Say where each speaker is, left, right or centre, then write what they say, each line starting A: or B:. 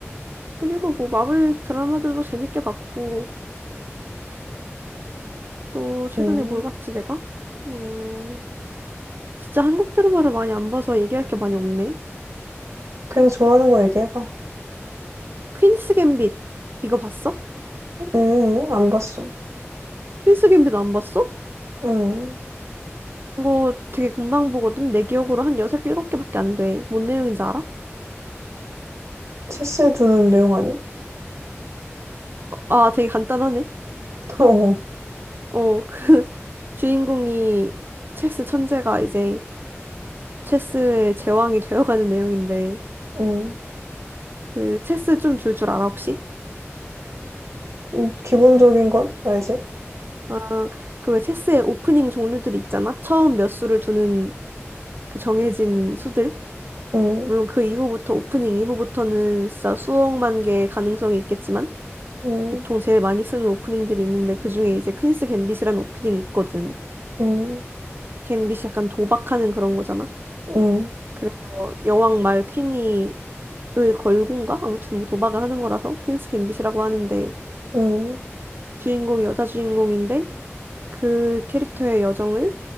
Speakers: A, on the right; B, on the right.
A: 그리고 뭐 마블 드라마들도 재밌게 봤고 또 최근에
B: 음,
A: 뭘 봤지 내가? 음. 진짜 한국 드라마를 많이 안 봐서 얘기할 게 많이 없네.
B: 그냥 좋아하는 거 얘기해봐.
A: 퀸스 갬빗 이거 봤어?
B: 음, 안 봤어.
A: 퀸스 갬빗 안 봤어?
B: 음,
A: 이거 되게 금방 보거든. 내 기억으로 한 6, 7개밖에 안 돼. 뭔 내용인지 알아?
B: 체스 두는 내용 아니?
A: 어, 아, 되게 간단하네.
B: <laughs>
A: 어, 그 <laughs> 주인공이 체스 천재가 이제 체스의 제왕이 되어가는 내용인데
B: 어, 음,
A: 그 체스 좀 둘 줄 알아 혹시?
B: 음, 기본적인 건 알지?
A: 아, 그 왜 체스의 오프닝 종류들 있잖아. 처음 몇 수를 두는 그 정해진 수들.
B: 음,
A: 물론 그 이후부터 오프닝 이후부터는 진짜 수억만 개의 가능성이 있겠지만
B: 음,
A: 보통 제일 많이 쓰는 오프닝들이 있는데 그중에 이제 퀸스 갬빗이라는 오프닝이 있거든.
B: 음,
A: 갬빗이 약간 도박하는 그런 거잖아.
B: 음,
A: 그래서 여왕 말 퀸이 을 걸곤가? 아무튼 뭐 도박을 하는 거라서 퀸스 갬빗이라고 하는데
B: 음,
A: 주인공이 여자 주인공인데 그 캐릭터의 여정을